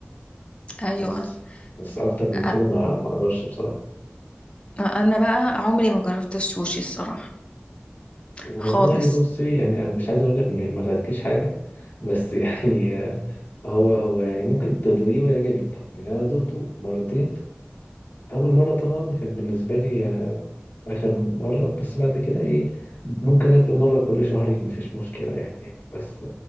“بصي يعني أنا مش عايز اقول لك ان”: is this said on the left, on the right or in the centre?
Left